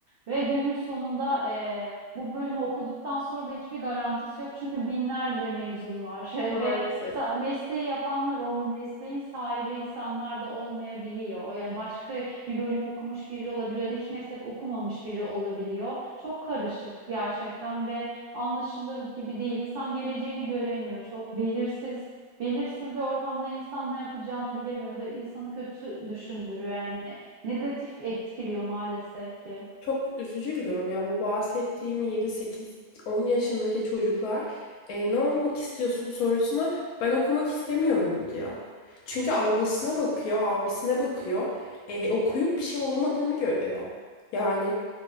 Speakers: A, on the right; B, on the left.
A: Ve günün sonunda eee, bu bölümü okuduktan sonra da hiçbir garantisi yok. Çünkü binlerce mezun var <laughs> ve
B: Maalesef.
A: sa- mesleği yapanlar o mesleğin sahibi insanlar da olmayabiliyor. Yani başka bir bölüm okumuş biri olabiliyor da hiç meslek okumamış biri olabiliyor. Çok karışık gerçekten ve anlaşılır gibi değil. İnsan geleceğini göremiyor. Çok belirsiz. Belirsiz bir ortamda insan ne yapacağını bilemiyor. O da insanı kötü düşündürüyor yani. Negatif etkiliyor maalesef ki.
B: Çok üzücü bir durum ya. Bu bahsettiğim 7 8 10 yaşındaki çocuklar "E, ne olmak istiyorsun sorusuna ben okumak istemiyorum diyor. Çünkü ablasına bakıyor, abisine bakıyor. E, okuyup bir şey olamadığını görüyor. Yani